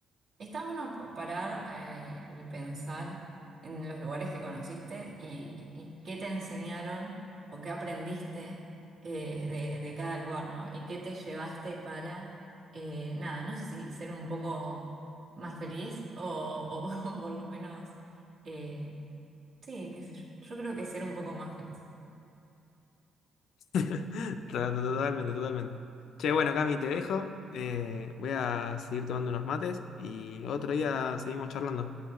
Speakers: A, on the right; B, on the left.
A: Está bueno pa- parar eh, y pensar en los lugares que conociste y, y qué te enseñaron o qué aprendiste eh, de, de cada lugar, ¿no? Y qué te llevaste para, eh, nada, no sé si ser un poco más feliz o, o <laughs> por lo menos, eh, sí, qué sé yo. Yo creo que ser un poco más feliz.
B: <laughs> To- to- Totalmente, totalmente. Che, bueno, Cami, te dejo. Eh, voy a seguir tomando unos mates y otro día seguimos charlando.